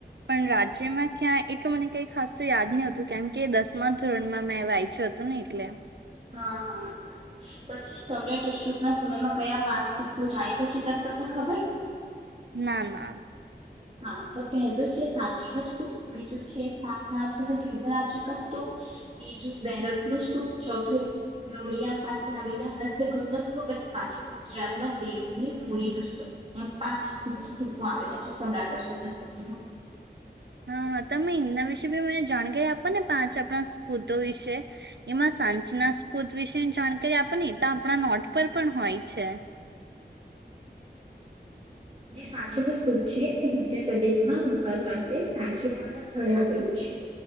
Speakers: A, on the right; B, on the right.
A: પણ
B: હા
A: રાજ્યમાં ક્યાં. એટલું મને કઈ ખાસ યાદ નહ હતું કેમ કે દસમા ધોરણમાં મેં એ યચ્યું હતું ને એટલે
B: હા હાારું પછી સમ્રટ અશોક ના સમયમાં કયા પાંચ ધુપ્પો જાણીતા છે, તેમ તમને ખબર
A: ના ના
B: હા તો પહેલું છે, સાચી નું સ્તૂપ બીજું છે, સારનાથ ન ધર્મરાજીિક સ્તૂપ ત્રીજું બેરજ નું સ્તૂપ ચોથું નોરિયા પાસે આવેલા નંદગણ ન સ્તૂપ અને પાંચમું ગુજરાતમાં દેવની મોરી ન સ્તૂપ એમ પાંચ સ્તૂપો આવેલા છે, સમ્રાટ. <unintelligible>
A: હા હા તમે એમના વિશે બી મને જાણકારી આપો ને પાંચ આપણા સ્પૂતો વિશે એમાં સાંચના સ્પૂત વિશે જાણકારી આપોનીને તો આપણા નોટ પર પણ હોય છે.
B: જે સાચી ન સ્તૂપ છે, તે મધ્યપ્રદેશમાં ભોપાલ પાસે સાચી નામના સ્થળે આવેલું છે,